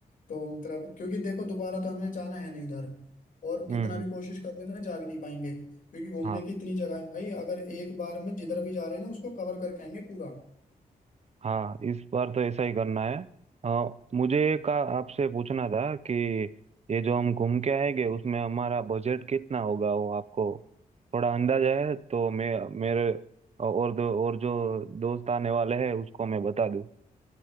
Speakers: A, on the left; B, on the right.
A: तो मतलब क्योंकि देखो दोबारा तो हमने जाना है नहीं उधर और
B: हम्म
A: कितना
B: हम्म
A: भी कोशिश कर लेना जा भी नहीं पाएंगे क्योंकि घूमने
B: हाँ
A: की इतनी जगह है भाई अगर एक बार में जिधर भी जा रहे हैं ना उसको कवर करके आएंगे पूरा
B: हाँ इस बार तो ऐसा ही करना है हाँ मुझे का आपसे पूछना था कि ये जो हम घूम के आएंगे उसमें हमारा बजट कितना होगा वो आपको थोड़ा अंदाजा है तो मैं मेरे और दो और जो दोस्त आने वाले हैं उसको मैं बता दूँ